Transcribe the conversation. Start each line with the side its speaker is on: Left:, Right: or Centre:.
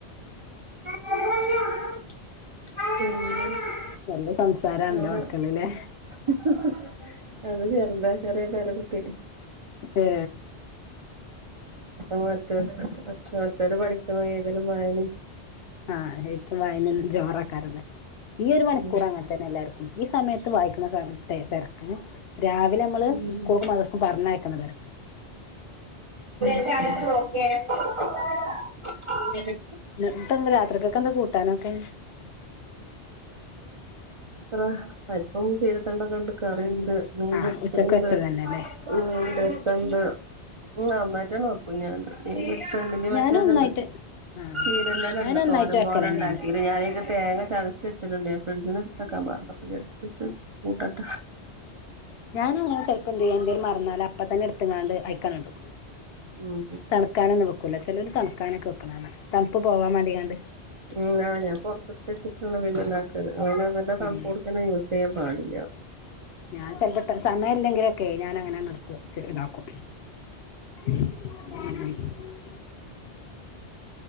Right: ഉം <unintelligible>
Left: <unintelligible>
Right: അതാ
Left: മക്കളിലെ
Right: ഹ്ഹ്അത് ചെറുതാ ചെറിയ പേരക്കുട്ടി
Left: ഏ
Right: അത് മറ്റേ കൊച്ച്പോലത്തോര് പഠിക്കണ ഏതേലും വായനേം
Left: ആഹ് എഴ്ത്തും വായനയും ജോറാക്കാലോന്ന് ഈയൊരു മണിക്കൂറ്
Right: ഉം
Left: അങ്ങൻത്തന്നെ എല്ലാര്ക്കും ഈ സമയത്ത് വായിക്ക്ന്ന തെരക്ക്യെ തെര ക്ക് രാവിലമ്മള്
Right: ഉം
Left: സ്കൂൾക്കും മദ്രസ്ക്കും പറഞ്ഞയക്ക്ണ തെരക്ക്
Right: <unintelligible>
Left: ഇന്നിട്ടെന്താ രാത്രിക്കൊക്കെന്താ കൂട്ടാനൊക്കെ
Right: ത്രം പരിപ്പും ചീരത്തണ്ടൊക്കണ്ട് കറി മീമ്പൊരിച്ചത്ണ്ട്
Left: ആഹ് ഉച്ചക്ക് വെച്ചത് തന്നെല്ലേ
Right: <unintelligible> ത്ണ്ട് ഉം നന്നായിട്ടാണ്ട് വെക്കും ഞാൻ മീൻപൊരി ചെമ്മ്ന് മറ്റേത്ണ്ട്
Left: ഞാനും ഒന്നായിട്ട് ആഹ്
Right: ചീരെന്റെലണ്ട്
Left: ഞാനും ഒന്നായിട്ട്
Right: തോരൻ
Left: വെക്കലന്നെയാണ്
Right: പോലെ ഉണ്ടാക്കിയത് ഞാന് തേങ്ങ ചതച്ച് വച്ചിട്ടുണ്ട് ഞാൻ ഫ്രിഡ്ജിന്നെടുത്തക്കാൻ മറന്നു പിന്നെടുത്തച്ചു കൂട്ടട്ട
Left: ഞാനങ്ങനെ ചെലപ്പന്ത് ചെയ്യാ എന്തേലും മറന്നാല് അപ്പത്തന്നെ എടുത്ത്ങ്ങാണ്ട് അയ്ക്കാണ്‌ടും
Right: ഉം
Left: തണ്ക്കാനൊന്നും വെക്കൂല ചിലര് തണുക്കാനൊക്കെ വെക്ക്ണാണ തണുപ്പ് പോവാൻ മേണ്ടിങ്ങാണ്ട്
Right: ഉം ആ ഞാൻ പുറത്തെട്ത്തെച്ചിട്ടാണ് മീൻ നന്നാക്കല് അവനങ്ങനെ
Left: ഉം
Right: തണുപ്പോട്ക്കെന്നെ യൂസെയ്യാൻ പാടില്ല
Left: ഞാൻ ചില <unintelligible> സമയില്ലെങ്കിലെക്കെയെ ഞാനങ്ങനെന്നെട്ത്തെച്ച്താക്കും <inaudible>